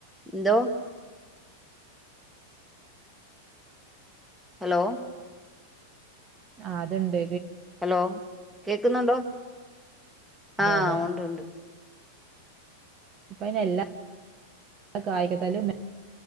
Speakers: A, in the centre; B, on the right.
A: എന്തോ ഹലോ
B: ആ അത് ഇണ്ട്
A: ഹലോ കേക്കുന്നുണ്ടോ
B: അതെ
A: ആഹ്
B: അതെ
A: ഒണ്ട് ഉണ്ട്
B: ഇപ്പ അയ്ന് എല്ലാ കായിക തലും <unintelligible>